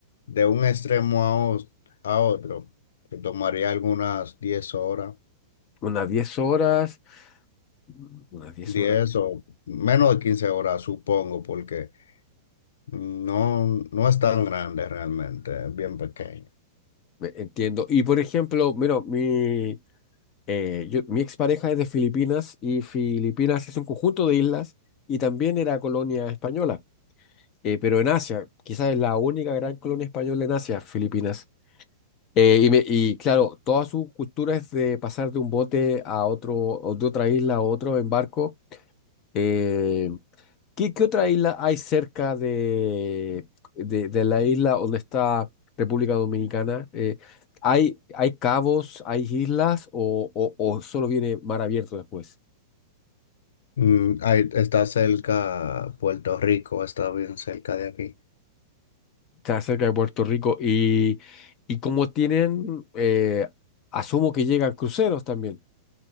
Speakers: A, on the left; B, on the left.
A: de un extremo a, os- a otro, que tomaría algunas 10 horas,
B: Unas 10 horas, mm, unas 10
A: 10
B: horas,
A: o menos de 15 horas, supongo, porque no, no es tan grande realmente, es bien pequeña.
B: me- entiendo. Y por ejemplo, mira, mi, eh, yo- mi expareja es de Filipinas y Filipinas es un conjunto de islas y también era colonia española, eh, pero en Asia, quizás es la única gran colonia española en Asia, Filipinas. Eh, y, me- y claro, toda su cultura es de pasar de un bote a otro, o de otra isla a otro en barco Eh, ¿qué, qué otra isla hay cerca de, de, de la isla donde está República Dominicana? Eh, ¿hay, hay cabos, hay islas o, o- o solo viene mar abierto después?
A: Mm, ahí está cerca Puerto Rico, está bien cerca de aquí.
B: Está cerca de Puerto Rico y, y como tienen, eh, asumo que llegan cruceros también,